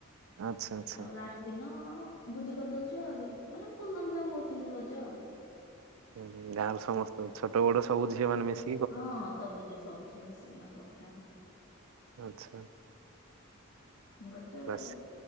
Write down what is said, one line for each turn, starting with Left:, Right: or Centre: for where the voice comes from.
Right: ଆଚ୍ଛା ଆଚ୍ଛା
Left: ଆଉ ଲାଷ୍ଟ ଦିନ ଭୋଜି କରିଦୋଉଛୁ ଆହୁରି ମାନେ ଫୁଲ୍ ଧୁମଧାମ ହଉଛି କିନ୍ତୁ ରଜ ଆଉ।
Right: ହୁଁ ହୁଁ ଗାଁ ର ସମସ୍ତ ଛୋଟ ବଡ ସବୁ ଝିଅ ମାନେ ମିଶି
Left: ହଁ ହଁ ସବୁ ଝିଅ ସବୁ ଝିଅ ମିଶିକିନା କରୁଚୁ ଆମେ।
Right: ଆଚ୍ଛା।
Left: ହଁ ରଜବେଳେ
Right: ବାସ୍